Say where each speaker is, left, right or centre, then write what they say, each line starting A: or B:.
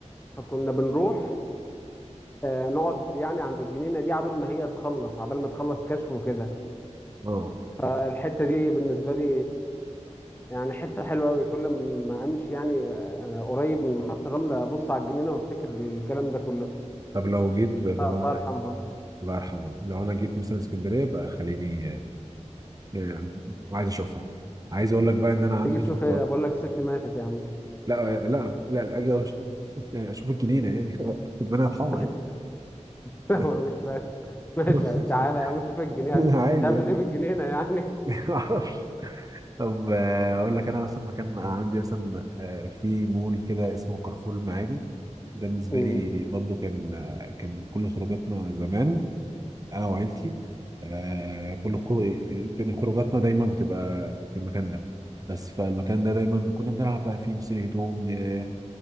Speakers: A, on the left; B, on the right.
A: فكنا بنروح آه، نقعد يعني عند الجنينة دي عبال ما هي تخلص عبال ما تخلص كشف وكده
B: اه
A: فالحتة دي بالنسبة لي يعني حتة حلوة أوي كل ما أمشي يعني آه، قريب من محطة الرمل أبص على الجنينة وأفتكر الكلام ده كله
B: طب لو جيت بقى بقى-
A: آه، الله يرحمها
B: الله يرحمه لو انا جيت مثلا اسكندريه بقى خليني آه، آه، عايز اشوفها عايز اقول لك بقى ان انا عندي
A: تيجي تشوف
B: في القاهره
A: إيه بقول لك الست ماتت يا عم
B: لا لا لا اجي أش- <laughs> يعني اشوف الجنينه يعني <laughs> ربنا يرحمها
A: <laughs>
B: يعني
A: هو أنا مش فاهم <laughs> ماشي
B: <laughs>
A: تعالى يا عم شوف الجنينة هت-
B: عادي
A: تعمل
B: يعني
A: إيه بالجنينة يعني
B: <laughs> طب آه، اقول لك انا مثلا مكان عندي مثلا آه، في مول كده اسمه كارفور المعادي ده
A: <laughs>
B: بالنسبه
A: أمم.
B: لي برضو كان آه، كان كل خروجاتنا زمان انا وعيلتي آه، كل خو- يعني خروجاتنا دايما بتبقى في المكان ده بس فالمكان ده دايما كنا بنلعب بقى فيه نشتري هدوم ن-